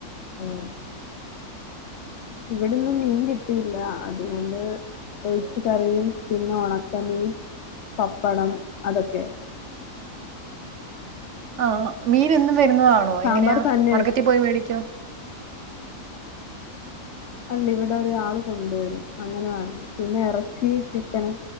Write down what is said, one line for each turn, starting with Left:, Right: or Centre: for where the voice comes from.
Left: ഉം ഇവിടെന്ന് മീൻ കിട്ടിയില്ല അതുകൊണ്ട് ഒഴിച്ച് കറിയും പിന്നെ ഉണക്കമീൻ പപ്പടം അതൊക്കെ
Right: ആഹ് മീനെന്നും വരുന്നതാണോ
Left: സാമ്പാർ
Right: എങ്ങനെയാ
Left: തന്നെ
Right: മാർക്കറ്റിൽ
Left: വെച്ച്
Right: പോയി മേടിക്കോ
Left: അല്ല ഇവിടെ ഒരാള് കൊണ്ടുവരും അങ്ങനെ വാങ്ങിയെ പിന്നെ ഇറച്ചി ചിക്കന്